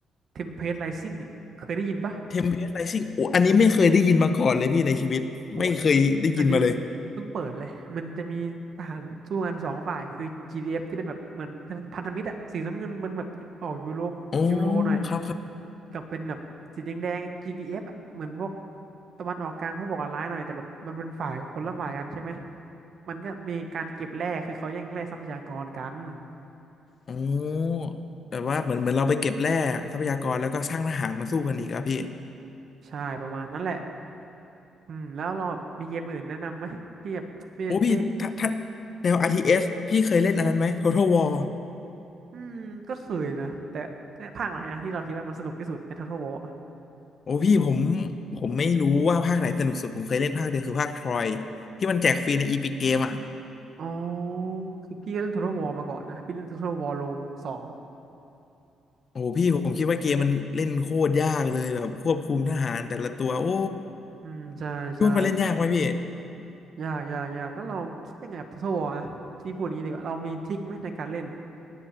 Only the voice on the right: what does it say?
Tempest Rising อะเคยได้ยินปะ
โอ้อันนี้เพิ่งอันนี้
เพิ่งเปิดเลยมันจะมีทหารสู้กันสองฝ่ายคือ GDF ที่เป็นแบบเหมือนพันธมิตรอะสีน้ำเงินมันแบบออกยูโร
ยูโรหน่อย
กับเป็นแบบสีแดงแดง GDF อฟอะเหมือนพวกตะวันออกกลางพวกก่อการร้ายหน่อยแต่แบบมันเป็นฝ่ายคนละฝ่ายกันใช่ไหมมันก็มีการเก็บแร่คือเขาแย่งแร่ทรัพยากรกัน
ใช่ประมาณนั้นแหละอืมแล้วเราแบบมีเกมอื่นแนะนำไหมที่แบบนี่นี่
อืมก็เคยนะแต่แต่ภาคไหนอะที่เราคิดว่ามันสนุกที่สุดใน Total War อะ
อ๋อคือพี่ก็เล่น Total War มาก่อนนะพี่เล่น Total War Rome สอง
อืมใช่ใช่
อยากอยากอยากก็เราคิดยังไงกับ Total War อะพี่พูดอย่างนี้ดีกว่าเรามีทริคไหมในการเล่น <laughs>